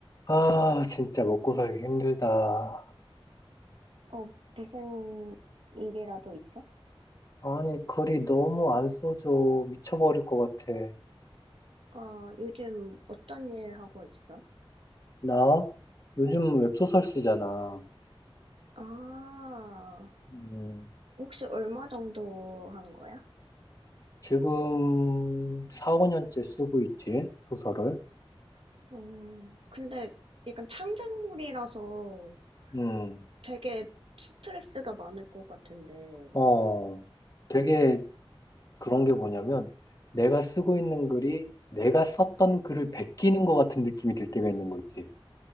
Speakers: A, on the left (about 40°); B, on the right (about 70°).
A: 아, 진짜 먹고 살기 힘들다.
B: 어, 무슨 일이라도 있어?
A: 아니, 글이 너무 안 써져. 미쳐버릴 것 같아.
B: 아, 요즘 어떤 일 하고 있어?
A: 나? 요즘 웹소설 쓰잖아.
B: 아,
A: 음,
B: 혹시 얼마 정도 한 거야?
A: 지금 4, 5년째 쓰고 있지, 소설을.
B: 어, 근데 약간 창작물이라서
A: 음,
B: 되게 스트레스가 많을 것 같은데.
A: 어, 되게 그런 게 뭐냐면, 내가 쓰고 있는 글이 내가 썼던 글을 베끼는 것 같은 느낌이 들 때가 있는 거 있지.